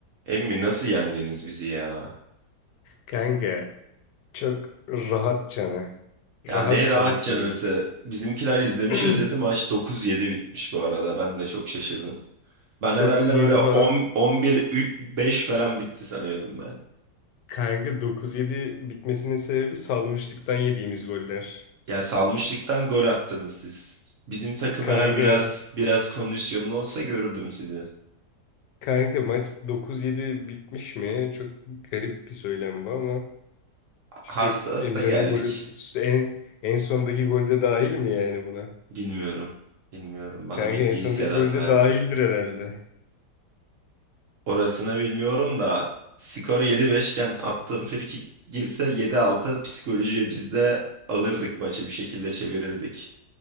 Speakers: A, on the right (about 60°); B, on the left (about 80°).
A: Emmi nasıl yendiniz bizi ya?
B: Kanka çok rahat cana. Rahat
A: Ya ne rahat
B: cana
A: canısı.
B: koyduk.
A: Bizimkiler izlemiş
B: <clears throat>
A: özeti maç dokuz yedi bitmiş bu arada. Ben de çok şaşırdım. Ben herhalde
B: 9-7
A: böyle 10
B: falan.
A: 11 beş falan bitti sanıyordum ben.
B: Kanka 9-7 bitmesinin sebebi salmışlıktan yediğimiz goller.
A: Ya salmışlıktan gol attınız siz. Bizim takım
B: Kanka,
A: eğer biraz biraz kondisyonlu olsa görürdüm sizi.
B: kanka maç 9-7 bitmiş mi? Çok garip bir söylem bu ama. Çünkü
A: Hasta hasta
B: Emirhan'ın
A: geldik.
B: golü en, en sondaki golde dahil mi yani buna?
A: Bilmiyorum. Bilmiyorum. Bana
B: Kanka
A: bilgiyi
B: en sondaki
A: Sedat
B: golde
A: verdi.
B: dahildir herhalde.
A: Orasını bilmiyorum da skor 7-5 iken attığım frikik girse 7-6 psikolojiyi biz de alırdık maçı bir şekilde çevirirdik.